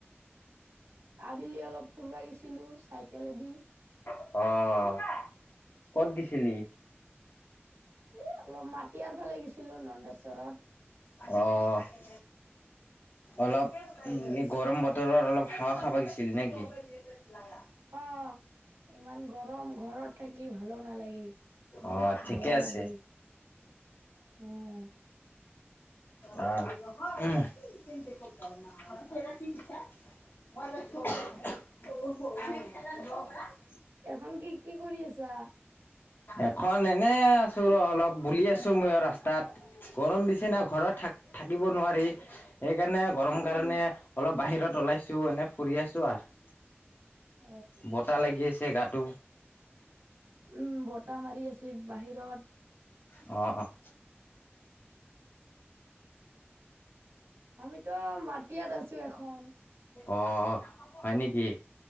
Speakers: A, on the right; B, on the left.
A: আবেলি অলপ ফুৰবা গিছিলো চাইকেলেদি।
B: অ'। ক'ত গেছিলি?
A: এ অলপ মাতিয়াৰ ফালে গিছিলো নন্দেশ্বৰত।
B: অ'। অলপ, গৰম বতৰত অলপ হোৱা খাব গৈছিলো নে কি? <unintelligible>
A: অ', ইমান গৰম ঘৰত থাকি ভালো নালাগে।
B: অ ঠিকে
A: বেয়া
B: আছে
A: লাগে, উম।
B: অ', উম। <unintelligible> <unintelligible>
A: এখন কি কি কৰি আছা?
B: এখন এনে আছো ৰ' অলপ বুলি আছো মইও ৰাস্তাত। গৰম দিছেনা ঘৰত থাক-থাকিব নোৱাৰি। সেইকাৰণে গৰম
A: উম
B: কাৰণে অলপ বাহিৰত ওলাইছো এনে ফুৰি আছো আৰ।
A: অ
B: বতাহ লাগি আছে গাটো।
A: উম, বতাহ মাৰি আছে বাহিৰত।
B: অ', অ'।
A: আমিতো মাটিয়াত আছো এখন।
B: অ', হয় নেকি?